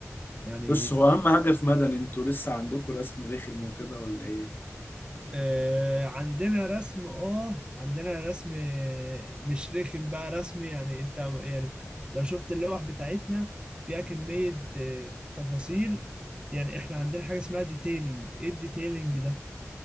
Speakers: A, on the right; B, on the left.
A: يعني
B: بص هو اهم حاجة في مدني انتوا لسه عندكم رسم رخم وكده ولا ايه
A: آه، عندنا رسم اه عندنا رسم آه، مش رخم بقى رسم يعني انت يعني لو شفت اللوح بتاعتنا فيها كمية آه، تفاصيل يعني احنا عندنا حاجة اسمها ديتيلينج ايه الديتيلينج ده